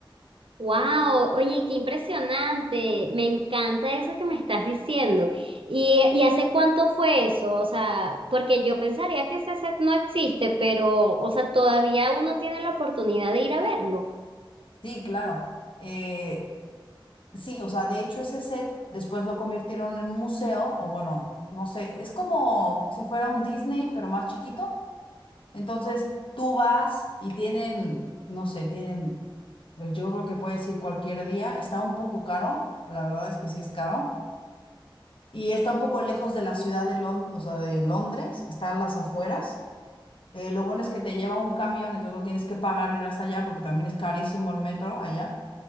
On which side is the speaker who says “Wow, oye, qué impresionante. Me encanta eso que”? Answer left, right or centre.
Right